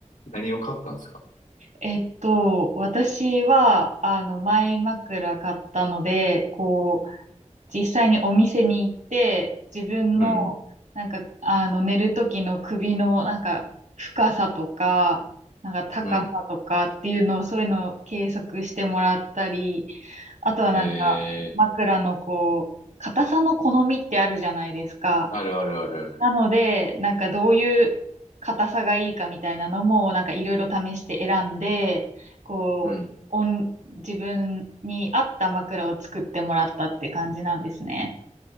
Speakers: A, on the left (about 80°); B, on the right (about 70°).
A: 何を買ったんですか
B: えっと、私は、あの、前枕買ったので、こう、実際にお店に行って、自分の、
A: うん、
B: なんか、あの、寝る時の首の、なんか、深さとか、なんか、高さとかっていうのを、
A: うん。
B: そういうのを計測してもらったり、あとはなんか、
A: えー、
B: 枕のこう、硬さの好みってあるじゃないですか。
A: あるあるあるある。
B: なので、なんかどういう硬さがいいかみたいなのも、なんかいろいろ試して選んで、こう、
A: うん。
B: おん自分に合った枕を作ってもらったって感じなんですね。